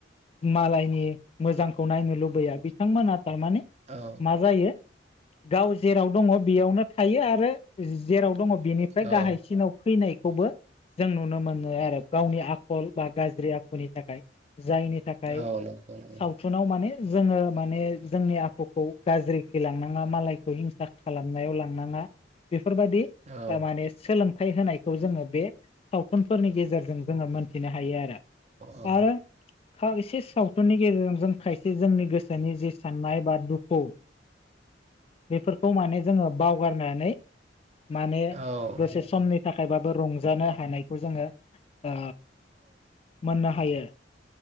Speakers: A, on the left; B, on the right.
A: मालायनि मोजांखौ नायनो लुबैया बिथांमोना थारमाने
B: औ
A: मा जायो गाव जेराव दङ बेयावनो थायो आरो जेराव दङ बिनिफ्राय
B: औ
A: गाहायसिनाव फैनायखौबो जों नुनो मोनो आरो। गावनि आखल बा गाज्रि आखुनि थाखाय जायनि थाखाय
B: औ नंगौ नंगौ
A: सावथुनाव माने जोङो माने जोंनि आखुखौ गाज्रिखैलांनाङा मालाय हिंसा खालामनायाव लांनाङा बेफोरबायदि
B: औ
A: माने सोलोंथाइ होनायखौ जोङो बे सावथुनफोरनि गेजेरजों जोङो मोनथिनो हायो आरो।
B: औ
A: आरो फाव एसे सावथुननि गेजेरजों जों खायसे जोंनि गोसोनि जि साननाय बा दुखु बेफोरखौ माने जोङो बावगारनानै माने
B: नंगौ
A: दसे समनि थाखायबाबो रंजानो हानायखौ जोङो ओ मोननो हायो।